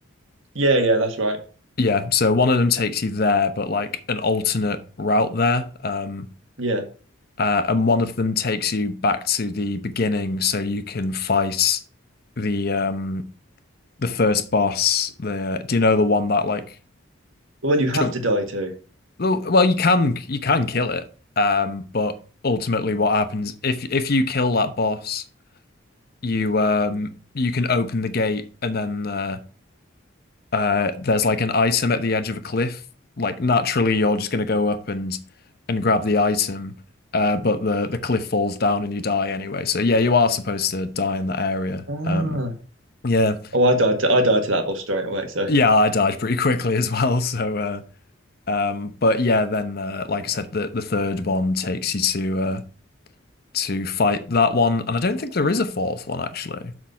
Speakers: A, on the right (about 75°); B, on the left (about 50°).
A: Yeah, yeah, that's right.
B: Yeah, so one of them takes you there, but like an alternate route there. Um
A: Yeah,
B: uh, and one of them takes you back to the beginning so you can fight the um the first boss. The do you know the one that like
A: the one you have
B: jump?
A: to die to.
B: Well, well, you can you can kill it, um, but ultimately, what happens if if you kill that boss, you um you can open the gate, and then uh, uh there's like an item at the edge of a cliff. Like naturally, you're just gonna go up and and grab the item, uh, but the the cliff falls down and you die anyway. So yeah, you are supposed to die in that area.
A: Ah,
B: Um, yeah,
A: oh, I died to I died to that boss straight away. So
B: yeah, I died pretty quickly as <laughs> well. So uh, um, but yeah, then uh, like I said, the the third one takes you to uh to fight that one, and I don't think there is a fourth one actually.